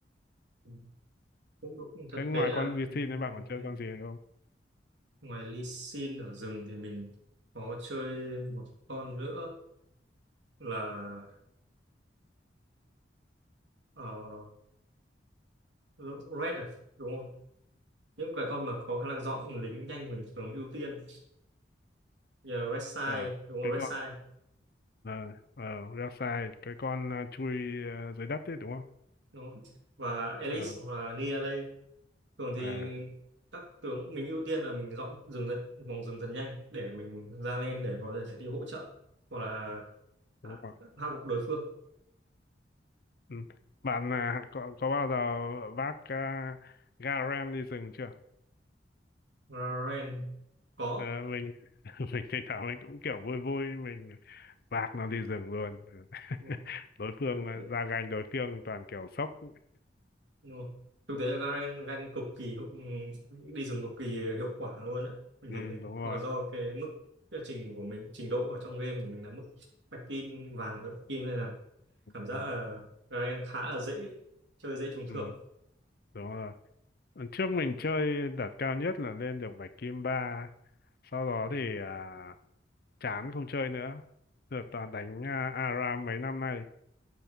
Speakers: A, on the right; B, on the left.
A: Ừ. cũng đúng thực
B: thế ngoài
A: tế là
B: con VC
A: ừ,
B: nên bạn
A: ừ,
B: còn chơi
A: thế.
B: con gì nữa không
A: ngoài Lee Sin ở rừng thì mình có chơi một con nữa là uh, Red à? đúng không những cái con mà có khả năng dọn lính nhanh thì mình thường ưu tiên Giờ Red Side
B: ờ
A: đúng không
B: cái con
A: Red Side
B: ờ ờ Rek'Sai cái con ờ, chui ờ, dưới đất đấy đúng không
A: đúng không? và Elise
B: ờ
A: hoặc là Niale thường thì
B: ờ
A: các tướng mình ưu tiên là mình dọn rừng dần, vòng rừng dần nhanh để mình ra lên để có
B: ừ,
A: thể đi hỗ trợ hoặc là hạ
B: đúng rồi
A: hạ gục đối phương
B: ừ. bạn à, có có bao giờ vác uh, Garen đi rừng chưa
A: Garen có
B: ờ mình <laughs> mình thỉnh thoảng mình cũng kiểu vui vui mình vác nó đi rừng luôn
A: đúng
B: <laughs>
A: rồi.
B: đối phương
A: thực
B: à,
A: tế
B: ra gành đối phương toàn kiểu sốc
A: đúng rồi. Thực tế là Garen ganh cực kỳ hữu- đi rừng cực kỳ hiệu quả luôn đấy mình
B: ừ,
A: thấy thế
B: đúng rồi
A: hoặc là do cái mức cái trình của mình trình độ ở trong game của mình là mức bạch kim vàng với bạch kim nên là cảm giác
B: Ờ,
A: là Garen khá là dễ chơi dễ trúng
B: ừ,
A: thưởng
B: đúng rồi Lần trước mình chơi đạt cao nhất là lên được bạch kim ba sau đó
A: À,
B: thì à, chán không chơi nữa giờ toàn đánh à, ARAM mấy năm nay